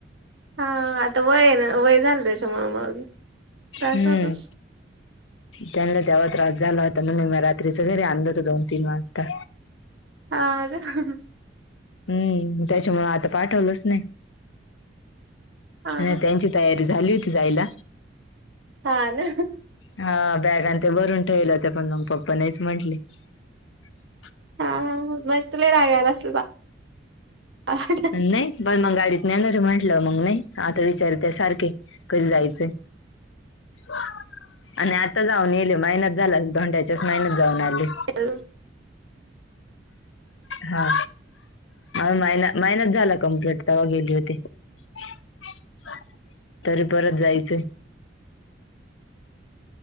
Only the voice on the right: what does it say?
हा, आता वय न, वय झालं त्याच्या मूळ मग. त्रास
होतच
<unintelligible>
हा
हा
हा ना
हा, हा, हा. मग तर लय राग असल बा. <unintelligible>
<unintelligible>